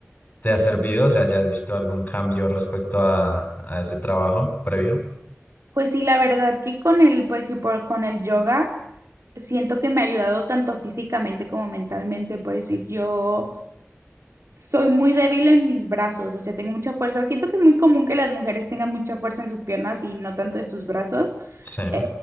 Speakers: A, on the left (about 35°); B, on the right (about 75°).
A: te ha servido? O sea, ¿ya has visto algún cambio respecto a, a ese trabajo previo?
B: Pues sí, la verdad que con el, pues sí, por, con el yoga. siento que me ha ayudado tanto físicamente como mentalmente, por decir, yo soy muy débil en mis brazos, o sea, tengo mucha fuerza. Siento que es muy común que las mujeres tengan mucha fuerza en sus piernas y no tanto en sus brazos,
A: Sí.
B: eh,